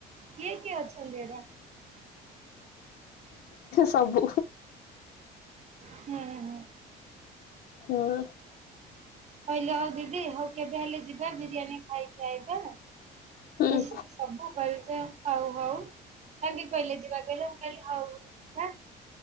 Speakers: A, on the right; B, on the left.
A: କିଏ କିଏ ଅଛନ୍ତି ଏରା
B: ସବୁ।
A: ହୁଁ ହଁ।
B: ହଁ।
A: କହିଲେ ହଉ ଦିଦି ହଉ କେବେ ହେଲେ ଯିବା ବିରିୟାନୀ ଖାଇକି ଆଇବା।
B: ହୁଁ।
A: ମିଶିକି ସବୁ କରିଛ ହଉ ହଉ। କାଇନ୍କି କହିଲେ ଯିବା କହିଲେ ମୁଁ କହିଲି ହଉ।